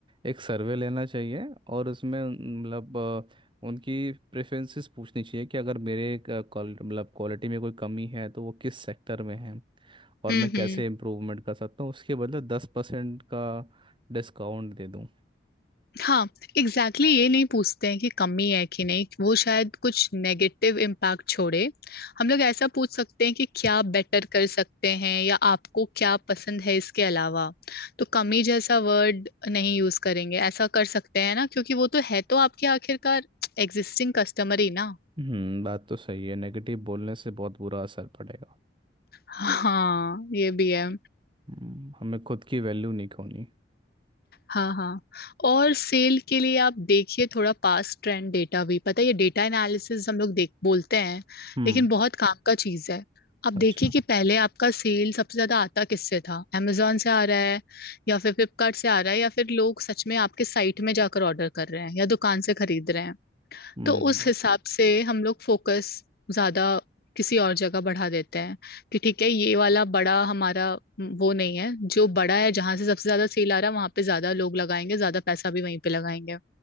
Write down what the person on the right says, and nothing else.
एक सर्वे लेना चाहिए और उसमें उन- मतलब अ, उनकी प्रेफरेंसेस पूछनी चाहिए कि अगर मेरे क- क्वाल- मतलब क्वालिटी में कोई कमी है तो वो किस सेक्टर में है और
मैं कैसे
इम्प्रूवमेंट कर सकता हूँ उसके बदले दस परसेंट का डिस्काउंट दे दूँ
हम्म बात तो सही है नेगेटिव बोलने से बहुत बुरा असर पड़ेगा
हम्म, हमें खुद की वैल्यू नहीं खोनी
हम्म
अच्छा
हम्म